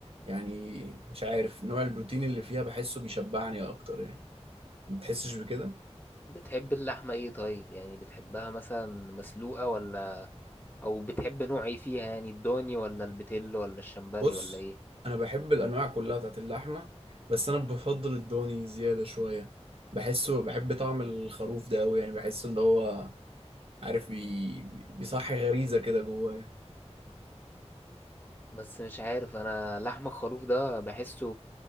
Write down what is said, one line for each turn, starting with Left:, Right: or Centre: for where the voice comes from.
Right: يعني مش عارف نوع البروتين اللي فيها بحسه بيشبعني اكتر يعني ما بتحسش بكده
Left: بتحب اللحمه ايه طيب يعني بتحبها مثلا مسلوقه ولا او بتحب نوع ايه فيها يعني الضاني ولا البتيل ولا الشمبري
Right: بص
Left: ولا ايه
Right: انا بحب الانواع كلها بتاعت اللحمة بس انا بفضل الضاني زيادة شوية بحسه بحب طعم الخروف ده قوي يعني بحسه اللي هو عارف بي... بيصحي غريزة كده جوايا
Left: بس مش عارف انا لحم الخروف ده بحسه